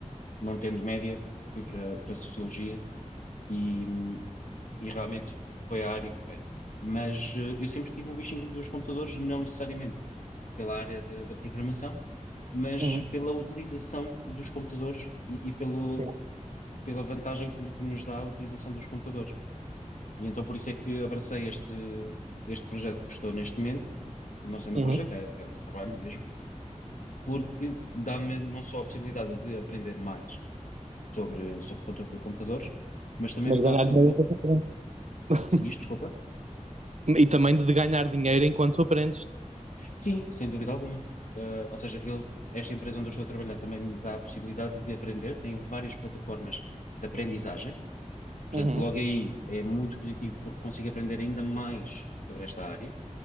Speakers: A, on the left; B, on the right.
A: não tendo média, fui para, para Sociologia e, e realmente foi a área correta. Mas eh, eu sempre tive o bichinho dos computadores, não necessariamente pela área da, da programação, mas
B: Uhum.
A: pela utilização dos computadores e, e pelo,
B: Sim.
A: pela vantagem que que nos dá a utilização dos computadores. E então por isso é que abracei este, este projeto que estou neste momento, não sendo
B: Uhum.
A: um projeto, é, é um trabalho mesmo, porque dá-me não só a possibilidade de aprender mais sobre, sobre compu- computadores, mas também
B: Mas
A: me dá
B: ganhar
A: a possibilidade.
B: dinheiro é diferente. <laughs>
A: Diz, desculpa.
B: E também de ganhar dinheiro enquanto aprendes.
A: Sim, sem dúvida alguma. Ah, ou seja, eu- esta empresa onde eu estou a trabalhar também me dá a possibilidade de aprender, tem várias plataformas de aprendizagem,
B: Uhum.
A: portanto, logo aí é muito positivo porque consigo aprender ainda mais sobre esta área,